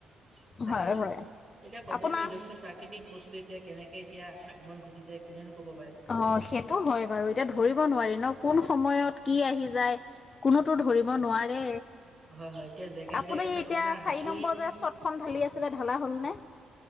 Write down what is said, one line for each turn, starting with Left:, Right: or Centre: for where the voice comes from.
Right: চাগে।
Left: হয়
Right: এতিয়া
Left: হয়
Right: ক'ব
Left: আপোনাৰ
Right: নোৱাৰি দিয়কচোন। প্ৰাকৃতিক বস্তু এতিয়া কেনেকৈ এতিয়া আগমন ঘটি যায়। কোনেনো ক'ব পাৰে।
Left: অ', সেইটো হয় বাৰু এতিয়া ধৰিব নোৱাৰি ন! কোন সময়ত কি আহি যায়। কোনোতো ধৰিব নোৱাৰে।
Right: হয় হয় এতিয়া জেগাই
Left: আপুনি
Right: জেগাই চাওক
Left: এতিয়া
Right: আপোনাৰ
Left: চাৰি
Right: হাতী
Left: নম্বৰ যে, চত খন ঢালি আছিলে ঢালা হ'লনে?